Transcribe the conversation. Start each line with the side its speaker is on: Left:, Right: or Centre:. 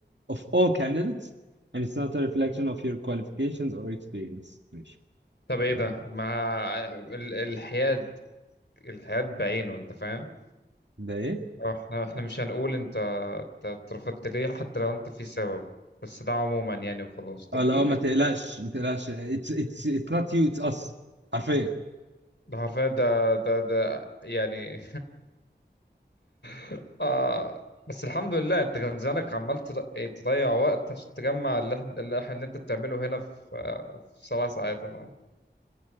Right: of all candidates, and it's not a reflection of your qualifications or experience. ماشي
Left: طب ايه
Right: يلا
Left: ده
Right: احنا
Left: ما ال- الحياد الحياد بعينه انت فاهم
Right: ده ايه؟
Left: اه احنا احنا مش هنقول انت انت اترفضت ليه حتى لو انت في سبب بس ده عموما يعني وخلاص طب
Right: اه
Left: قولوا
Right: لا
Left: لي
Right: ما
Left: في
Right: تقلقش
Left: سبب.
Right: ما تقلقش it's it's it's not you it's us حرفيا
Left: ده حرفيا ده ده ده يعني <laughs> آه بس الحمد لله انت كان زمانك عمال تض- ايه، تضيع وقت عشان تجمع اللي احنا اللي احنا- اللي انت بتعمله هنا في آه، في سبع ساعات ولا حاجه